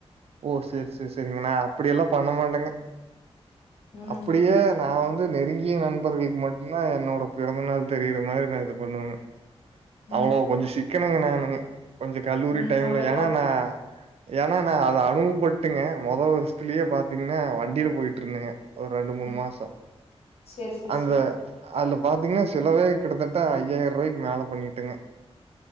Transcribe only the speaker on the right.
ஓ செரி செரி செரிங்க அப்டி எல்லா பண்ணமாட்டேங்க
அப்டியே நா வந் வந்து நெருங்கிய நண்பர்களுக்கு மட்டுதா என்னோட பிறந்தநாள் தெரிற மாரி நா இது பண்ணுவேங்க
அவ்ளோ கொஞ்ச ஷி க்கனங்க நானுங்க கொஞ்ச கல்லூரி
டைம்ல
ஏன்னா நா ஏன்னா நா அத அனுபவபட்டேங்க மொத வருஷத்துலயே பாத்தீங்கன்னா வண்டில போயிட்டு இருந்தேங்க ஒரு ரெண்டு மூணு
மாசோ
அங்க
அதுல பாத்தீங்கன்னா செலவே கிட்டதட்ட ஐயாயிர ரூபாய்க் மேல பண்ணிட் டேங்க